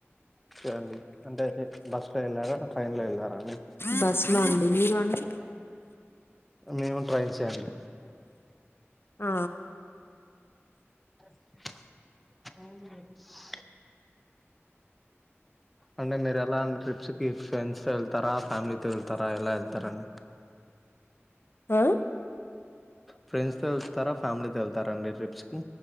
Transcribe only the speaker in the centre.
చూడండి అంటే బస్ లో వెళ్లారా ట్రైన్ లో వెళ్ళారా అండి
మేము ట్రైన్ సే అండి
అవు అంటే మీరు ఎలా అన్ ట్రిప్స్ ఈ ఫ్రెండ్స్ వెళ్తారా ఫ్యామిలీతో వెళ్తారా ఎలా వెళ్తారండి
ఫ్రెండ్స్ తో వస్తారా ఫ్యామిలీ వెళ్తారా వెళ్తారండి ట్రిప్స్ కి